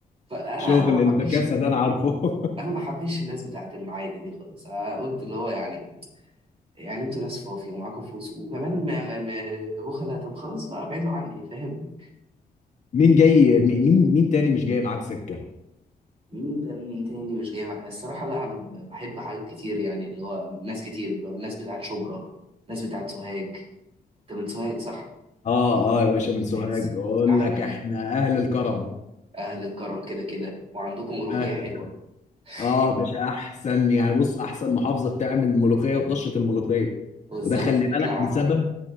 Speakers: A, on the right; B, on the left.
A: فانا
B: شغل
A: انا ما
B: البكاسه
A: حبيتش
B: ده انا عارفه
A: انا ما حبيتش الناس بتاعت المعادي دي خالص أنا قلت اللي هو يعني يعني انتوا ناس فوفي ومعاكم فلوس وكمان ما ما ما بخلة طب خلاص بقى ابعدوا عني فاهم
B: <laughs> مين جاي مين مين مين تاني مش جاي معاك سكه
A: مين تاني تاني مش جاي معايا الصراحة لا انا ب- بحب حاجات كتير يعني اللي هو ناس كتير اللي هو الناس بتاعت شبرا ناس بتاعت سوهاج انت من سوهاج صح
B: اه اه يا باشا من سوهاج
A: ناس
B: اقول
A: احلى
B: لك احنا
A: ناس
B: اهل الكرم
A: اهل الكرم كده كده وعندكم ملوخية
B: اهل
A: حلوة
B: الكرم
A: <laughs>
B: اه باشا احسن يعني بص احسن محافظه بتعمل ملوخيه وطشه الملوخيه
A: بالظبط
B: وده خلي
A: تطلع
B: بالك بسبب